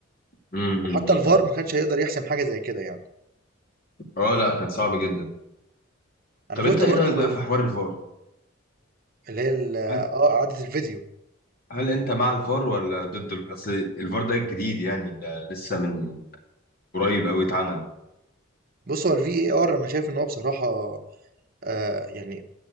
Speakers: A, on the left; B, on the right.
A: امم
B: وحتى
A: أمم، أمم.
B: الVAR ما كانش هيقدر يحسم حاجة زي كده يعني.
A: اه لا كان صعب جدا
B: أنا
A: طب
B: شُفت
A: انت ايه
B: برضه
A: رأيك بقى في حوار الفار
B: اللي هي ال آه،
A: هل
B: إعادة الفيديو،
A: هل انت مع الفار ولا ضد ال- اصل الفار ده جديد يعني ده لسه من قريب قوي اتعمل
B: بُص هو الVAR أنا شايف إن هو بصراحة آآ يعني